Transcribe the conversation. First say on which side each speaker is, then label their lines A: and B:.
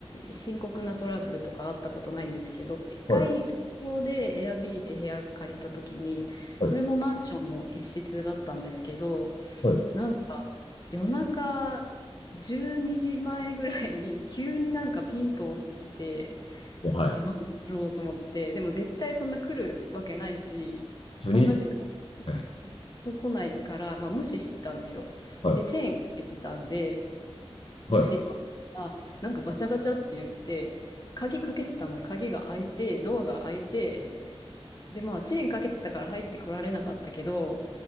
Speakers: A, on the left; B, on the left.
A: 深刻なトラブルとかあったことないんですけど、一回東京で
B: はい、
A: Airb で部屋借りた時に、
B: はい、
A: それもマンションの一室だったんですけど、
B: はい。
A: なんか夜中12時前ぐらいに急になんかピンポンって来て、
B: はい。
A: でなんだろうと思って、でも絶対そんな来るわけないし、
B: 12時。
A: そんな時間
B: じゅうにじですはい、
A: 人来ないから、まあ無視してたんですよ。
B: は
A: で、チェーンかけてたんで、無視して、
B: い、はい、
A: あ、なんかガチャガチャって言って、鍵かけてたのに鍵が開いて、ドアが開いて、で、まあ、チェーンかけてたから入ってこられなかったけど、